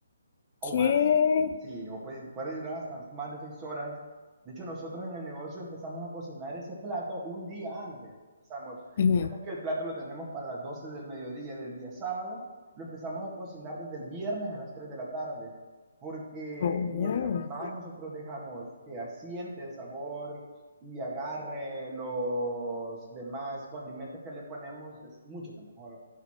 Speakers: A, on the right (about 20°); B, on the left (about 50°).
A: o
B: ¿Qué?
A: más. Sí, o puede, puede durar hasta más de seis horas. De hecho, nosotros en el negocio empezamos a cocinar ese plato un día antes. Empezamos,
B: Ujú.
A: vemos que el plato lo tenemos para las 12 del mediodía del día sábado, lo empezamos a cocinar desde el viernes a las 3 de la tarde, porque
B: Oh, wow.
A: mientras más nosotros dejamos que asiente el sabor y agarre los demás condimentos que le ponemos, es mucho que mejor.